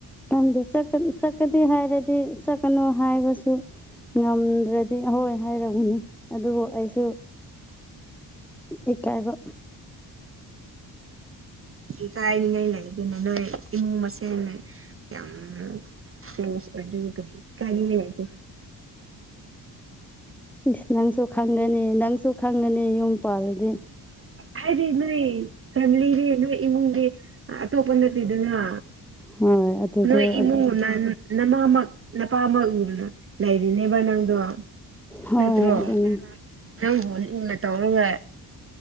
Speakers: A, in the centre; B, on the right (about 30°).
A: ꯇꯝꯗ ꯆꯠꯀꯅꯨ ꯆꯠꯀꯅꯤ ꯍꯥꯏꯔꯗꯤ ꯆꯠꯀꯅꯨ ꯍꯥꯏꯕꯁꯨ ꯉꯝꯗ꯭ꯔꯗꯤ ꯑꯍꯣꯏ ꯍꯥꯏꯔꯕꯅꯦ ꯑꯗꯨꯕꯨ ꯑꯩꯁꯨ ꯏꯀꯥꯏꯕ
B: ꯏꯀꯥꯏꯔꯤꯉꯩ ꯂꯩꯒꯤꯅꯦ ꯅꯣꯏ ꯏꯃꯨꯡ ꯃꯁꯦꯟ ꯌꯥꯝ ꯀ꯭ꯂꯣꯁ ꯑꯣꯢꯗꯣꯢꯅꯦꯀꯣ ꯢꯀꯥꯢꯅꯤꯡꯉꯥꯢ ꯂꯩꯇꯦ
A: ꯏꯁ ꯅꯪꯁꯨ ꯈꯪꯒꯅꯤ ꯅꯪꯁꯨ ꯈꯪꯒꯅꯤ ꯌꯨꯝ ꯄꯥꯜꯂꯗꯤ
B: ꯍꯥꯏꯗꯤ ꯅꯣꯏ ꯐꯦꯃꯤꯂꯤꯒꯤ ꯅꯣꯏ ꯏꯃꯨꯡꯒꯤ ꯑꯇꯣꯞꯄ ꯅꯠꯇꯦꯗꯅ
A: ꯍꯣꯏ ꯑꯗꯨꯗꯣ
B: ꯅꯣꯏ ꯏꯃꯨꯡ
A: ꯑꯗꯨ
B: ꯅꯥꯟ ꯅꯃꯥꯃꯛ ꯅꯄꯥꯃꯛ ꯂꯩꯔꯤꯅꯦꯕ ꯅꯪꯗꯣ
A: ꯍꯣꯏ
B: ꯅꯠꯇ꯭ꯔꯣ
A: ꯑꯗꯨꯅꯤ
B: ꯅꯪꯕꯨ ꯂꯨꯅ ꯇꯧꯔꯒ